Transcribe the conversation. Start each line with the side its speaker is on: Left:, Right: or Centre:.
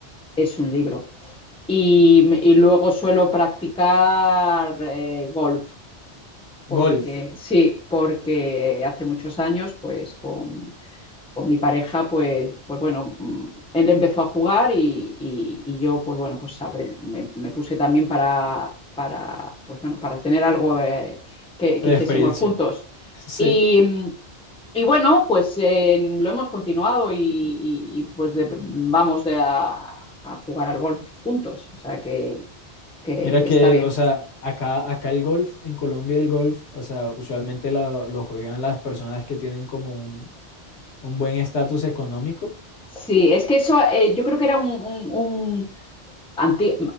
Centre: es un libro. Y, y luego suelo practicar eh, golf. Porque,
Left: Golf,
Centre: sí, porque hace muchos años, pues con, con mi pareja, pues, pues bueno, mm, él empezó a jugar y, y- y yo, pues bueno, pues apre- me, me puse también para, para, pues bueno, para tener algo eh, que,
Left: de
Centre: que hiciésemos
Left: experiencia.
Centre: juntos.
Left: <laughs> Sí.
Centre: Y, mm, y bueno, pues eh, lo hemos continuado y, y- y, pues de- vamos de a, a jugar al golf juntos, o sea que, que-
Left: Mira
Centre: que
Left: que,
Centre: está bien.
Left: o sea, acá, acá el golf, en Colombia el golf, o sea, usualmente la- lo juegan las personas que tienen como un, un buen estatus económico.
Centre: Sí, es que eso eh, yo creo que era un, un- anti-